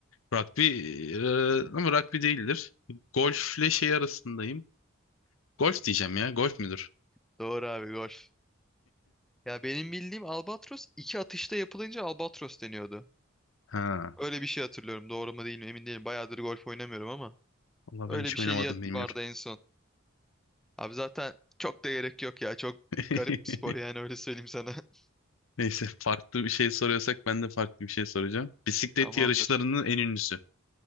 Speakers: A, on the left (about 75°); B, in the centre.
A: rugby e, ama rugby değildir. Golfle şey arasındayım. Golf diyeceğim ya. Golf müdür?
B: <laughs> Doğru abi golf. Ya benim bildiğim albatros iki atışta yapılınca albatros deniyordu.
A: Ha.
B: Öyle bir şey hatırlıyorum. Doğru mu değil mi emin değilim. Bayağıdır golf oynamıyorum ama.
A: Valla
B: Öyle
A: ben hiç
B: bir
A: oynamadım
B: şey diye
A: bilmiyorum.
B: vardı en son. Abi zaten çok da gerek yok ya. Çok
A: <laughs>
B: garip bir spor yani öyle söyleyeyim sana. <laughs>
A: Neyse farklı bir şey soruyorsak ben de farklı bir şey soracağım. Bisiklet
B: Tamamdır.
A: yarışlarının en ünlüsü.